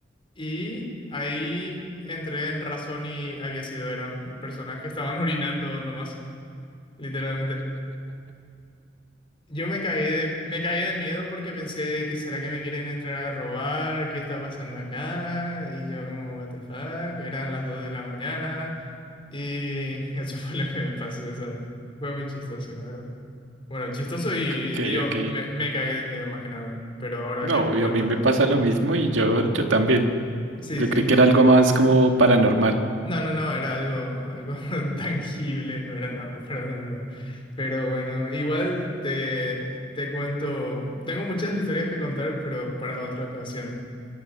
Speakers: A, on the left; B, on the right.
A: y ahí entré en razón y había sido, eran personas que estaban <laughs> orinando nomás, literalmente. Yo me cagué de, me cagué de miedo porque pensé de que será que me quieren entrar a robar, qué está pasando acá, y yo como, what the fuck, eran las 2 de la mañana, y eso <laughs> fue lo que me pasó esa vez. Fue muy chistoso, la verdad. Bueno, chistoso y
B: Ok,
A: dio,
B: ok.
A: me, me cagué de miedo más que nada, pero ahora
B: No,
A: que lo cuento,
B: y a mí me pasa lo mismo y yo, yo también.
A: sí,
B: Yo
A: sí,
B: creí que era algo más como paranormal.
A: No, no, no, era algo, algo <laughs> tangible, no era nada paranormal. Pero bueno, igual te, te cuento, tengo muchas historias que contar, pero para otra ocasión.